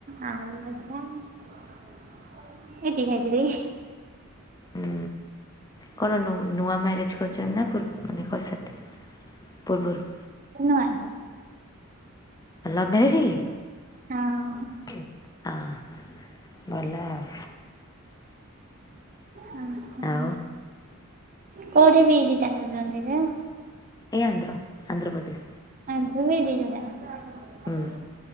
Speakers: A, on the right (about 40°); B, on the left (about 15°).
A: ଆଉ ଭଜା। ଏତିକି ଖାଇଥିଲି।
B: ହୁଁ କଣ ନୂ ନୂଆ ମ୍ୟାରେଜ କରୁଛନ୍ତି ନା ଫୁ ମାନେ <unintelligible> ପୂର୍ବରୁ।
A: ନୂଆଁ।
B: ଲଭ୍ ମେରେଜ୍
A: ହଁ
B: କି ହଁ ଭଲ ଆଉ।
A: ଓହୋ
B: ଆଉ
A: କୋଉଠି ବି ରିତା କହୁଛନ୍ତିି ଯେ।
B: ଏଇ ଆନ୍ଧ୍ର ଆନ୍ଧ୍ରପ୍ରଦେଶ।
A: ଆଣିଥିବ <unintelligible>
B: ହୁଁ